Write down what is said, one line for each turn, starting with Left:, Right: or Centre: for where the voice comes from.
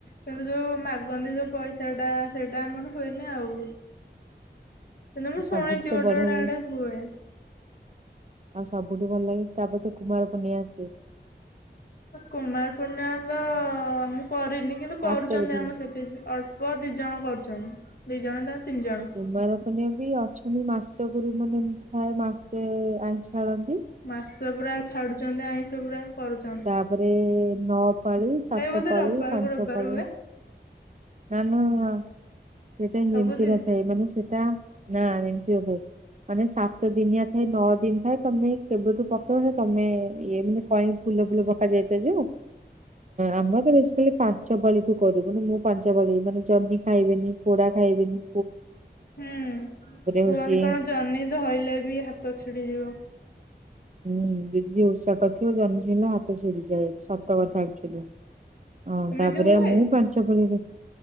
Left: କିନ୍ତୁ ଯୋଉ ମାଗନ୍ତିି ଯୋଉ ପଇସାଟା ସେଇଟା ଆମର ହୁଏନି ଆଉ। କିନ୍ତୁ ମୁଁ ଶୁଣିଚି
Right: ସବୁଠୁ ତ
Left: ଗୋଟେ
Right: ବଢିଆ
Left: ଗୋଟେ ଆଡ଼େ ହୁଏ।
Right: ଆଉ ସବୁଠୁ ଭଲ ଲାଗେ ତାପରେତ କୁମାରପୂର୍ଣ୍ଣିମା ଆସେ।
Left: କୁମାର ପୂର୍ଣ୍ଣିମାତ ମୁଁ କରିନି କିନ୍ତୁ କରୁଚନ୍ତି
Right: ମାସେ ବୋଧେ
Left: ଆମ ସେଠି ଅଳ୍ପ ଦି ଜଣ କରୁଚନ୍ତି ଦିଇ ଜଣନା ତିନି ଜଣ।
Right: କୁମାର ପର୍ଣ୍ଣିମା ବି ଅଛନ୍ତି ମାସ ଗୁରୁ ମାନେ ଏମିତି ଥାଏ ମାସେ ଆଇଁଷ ଛାଡ଼ନ୍ତି।
Left: ମାସେ ପୁରା ଛାଡ଼ୁଛନ୍ତି ଆଇଁଷ ପୁରା କରୁଛନ୍
Right: ତାପରେ ନଅ ପାଳି ସାତ
Left: ବୋଧେ
Right: ପାାଳି
Left: ରବିବାରକୁ
Right: ପାଞ୍ଚପାଳି
Left: ରବିବାର ହୁଏ
Right: ନା ନା ସେଟା ଏମିତି
Left: ସବୁଦିନ
Right: ନଥାଏ ମାନେ ସେଟା ନା ଏମିତି ହ <inaudible> ମାନେ ସାତ ଦିନିଆ ଥାଏ ନଅ ଦିନ ଥାଏ ତମେ କେବେଠୁ ପକଉନ ତମେ ଇଏ ମାନେ କ ଫୁଲ ଫୁଲ ପକା ଯାଏ ତ ଯୋଉ। ଆମର ତ ବେଶୀକାଲି ପାଞ୍ଚପାଳିଠୁ କରିବୁନି ମୁଁ ପାଞ୍ଚ ପାଳି ମାନେ ଜହ୍ନି ଖାଇବନି। ପୋଡା ଖାଇବିନି।
Left: ହୁଁ
Right: ହଉଛି
Left: କୁହନ୍ତି କଣ ଜହ୍ନି ଧଇଲେ ବି ହାତ ଛିଡିଯିବ।
Right: ହୁଁ ଦିଦି ଯି ଓଷା କରିଥିବ ଜହ୍ନି ଧଇଲେ ହାତ ଛିଡିଯାଏ ସତ କଥା ଏକ୍ଟୁଆଲୀ। ହଁ
Left: ଏମିତି
Right: ତାପରେ
Left: ହୁଏ?
Right: ମୁଁ ପା ଲିରେ